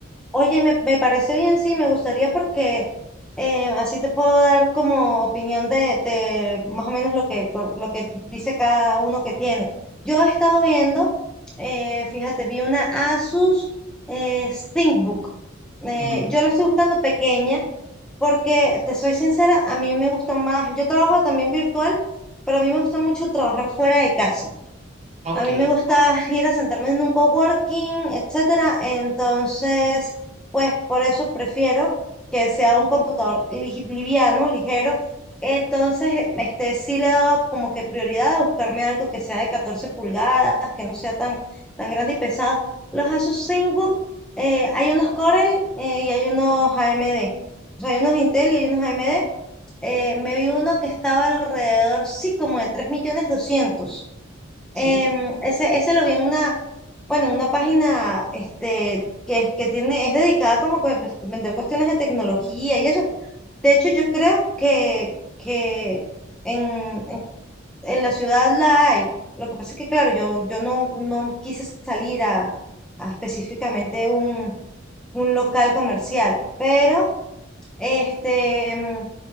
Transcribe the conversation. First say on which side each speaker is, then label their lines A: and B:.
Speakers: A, in the centre; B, on the right (about 35°).
A: Oye, me, me parece bien, sí, me gustaría porque eh, así te puedo dar como opinión de, de más o menos lo que, por, lo que dice cada uno que tiene. Yo he estado viendo, eh, fíjate, vi una Asus eh, ThinkBook. Eh,
B: Ujú.
A: yo la estoy buscando pequeña porque, te soy sincera, a mí me gusta más, yo trabajo también virtual, pero a mí me gusta mucho trabajar fuera de casa.
B: Ok,
A: A mí me gusta ir a sentarme en un coworking, etcétera. Entonces, pues por eso prefiero que sea un computador li- liviano, ligero. Entonces, este sí le he dado como que prioridad a buscarme algo que sea de 14 pulgadas, que no sea tan, tan grande y pesado. Los Asus ThinkBook, eh, hay unos Corel eh, y hay unos AMD. O sea, hay unos Intel y hay unos AMD. Eh, me vi uno que estaba alrededor, sí, como de tres millones doscientos.
B: sí.
A: Em, ese, ese lo vi en una, bueno, en una página este, que, es- que tiene, es dedicada como que, pues, a pues, vender cuestiones de tecnología y eso. De hecho, yo creo que, que en, en, en la ciudad la hay. Lo que pasa es que, claro, yo, yo no, no quise salir a, a específicamente un, un local comercial, pero este, em,